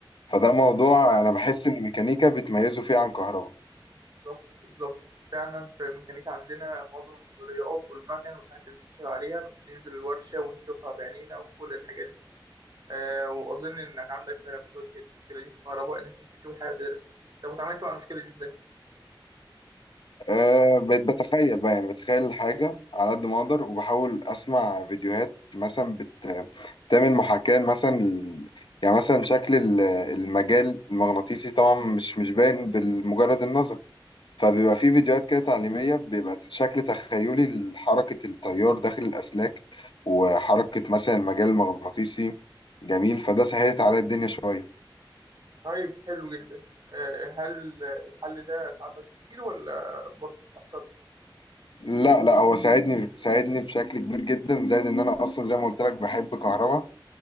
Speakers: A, on the left; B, on the right.
A: فده موضوع
B: فيه جزء
A: انا بحس ان الميكانيكا بتميزه فيه عن كهرباء
B: بالظبط بالظبط فعلا في ميكانيكا عندنا معظم النظريات والمكن والحاجات اللي بنشتغل عليها بننزل الورشه ونشوفها بعينينا وكل الحاجات دي آه، واظن انك عندك فرقه بتواجه المشكله دي في كهرباء انك مش بتشوف الحاجه تدرسها طب وتعاملت مع المشكله دي ازاي
A: أه بقيت بتخيل بقى يعني بتخيل الحاجة على قد ما اقدر وبحاول اسمع فيديوهات مثلا بت- بتعمل محاكاة مثلا ال- يعني مثلا شكل ال- المجال المغناطيسي طبعا مش مش باين بالمجرد النظر فبيبقى في فيديوهات كده تعليمية بيبقى شكل تخيلي لحركة التيار داخل الأسلاك وحركة مثلا المجال المغناطيسي جميل فده سهلت عليا الدنيا شوية
B: طيب حلو جدا آه، هل الحل ده ساعدك كتير ولا برضه مؤثر
A: لا لا هو ساعدني ساعدني بشكل كبير جدا زائد إن أنا أصلا زي ما قلت لك بحب كهربا